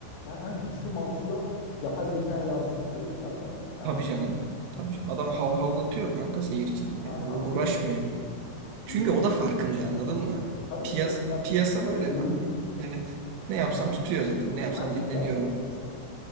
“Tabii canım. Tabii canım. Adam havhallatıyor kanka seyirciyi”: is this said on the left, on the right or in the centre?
Right